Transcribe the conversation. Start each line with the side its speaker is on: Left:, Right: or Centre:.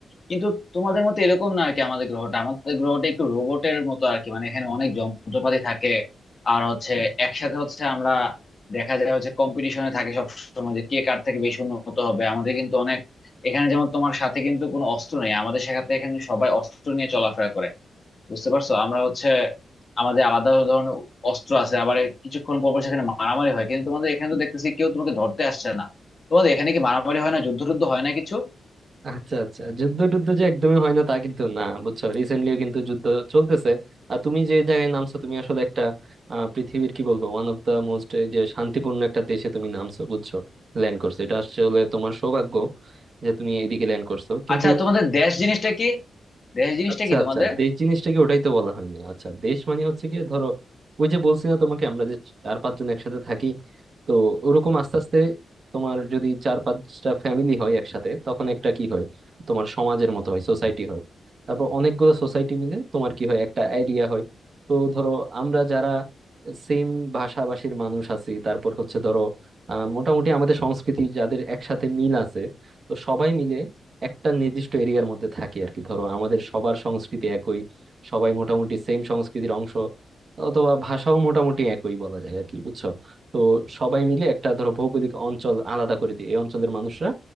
Left: কিন্তু তোমাদের মতো এরকম না আর কি আমাদের গ্রহটা আমাদের গ্রহটা একটু রোবটের মতো আর কি মানে এখানে অনেক যন্ত্রপাতি থাকে আর হচ্ছে একসাথে হচ্ছে আমরা দেখা যায় হচ্ছে কম্পিটিশনে থাকে সব সময় যে কে কার থেকে বেশি উন্নত হবে আমাদের কিন্তু অনেক এখানে যেমন তোমার সাথে কিন্তু কোনো অস্ত্র নেই আমাদের সাথে এখানে সবাই অস্ত্র নিয়ে চলাফেরা করে বুঝতে পারছো আমরা হচ্ছে আমাদের আলাদা ধরনের অস্ত্র আছে আবার কিছুক্ষণ পর পর সেখানে মারামারি হয় কিন্তু তোমাদের এখানে তো দেখতেছি কেউ তোমাকে ধরতে আসছে না তোমাদের এখানে কি মারামারি হয় না যুদ্ধ টুদ্ধ হয় না কিছু
Right: আচ্ছা আচ্ছা যুদ্ধ টুদ্ধ যে একদমই হয় না তা কিন্তু না বুঝছো রিসেন্টলিও কিন্তু যুদ্ধ চলতেছে আর তুমি যে জায়গায় নামছো তুমি আসলে একটা আহ, পৃথিবীর কি বলবো ওয়ান অফ দা মোস্ট যে শান্তিপূর্ণ একটা দেশে তুমি নামছো বুঝছো ল্যান্ড করছো এটা আসলে তোমার সৌভাগ্য যে তুমি এদিকে ল্যান্ড করছো কিন্তু
Left: আচ্ছা তোমাদের দেশ জিনিসটা কি দেশ জিনিসটা
Right: আচ্ছা
Left: কি তোমাদের
Right: আচ্ছা দেশ জিনিসটাকে ওটাই তো বলা হয়নি আচ্ছা দেশ মানে হচ্ছে কি ধরো ওই যে বলছি না তোমাকে আমরা যে চার পাঁচজন একসাথে থাকি তো ওরকম আস্তে আস্তে তোমার যদি চার পাঁচটা ফ্যামিলি হয় একসাথে তখন একটা কি হয় তোমার সমাজের মতো হয় সোসাইটি হয় তারপর অনেকগুলো সোসাইটি মিলে তোমার কি হয় একটা এরিয়া হয় তো ধরো আমরা যারা সেম ভাষাভাষীর মানুষ আছি তারপর হচ্ছে ধরো আহ মোটামুটি আমাদের সংস্কৃতি যাদের একসাথে মিল আছে তো সবাই মিলে একটা নির্দিষ্ট এরিয়ার মধ্যে থাকি আর কি ধরো আমাদের সবার সংস্কৃতি একই সবাই মোটামুটি সেম সংস্কৃতির অংশ অথবা ভাষাও মোটামুটি একই বলা যায় আর কি বুঝছো তো সবাই মিলে একটা ধরো ভৌগোলিক অঞ্চল আলাদা করে দিই এই অঞ্চলের মানুষরা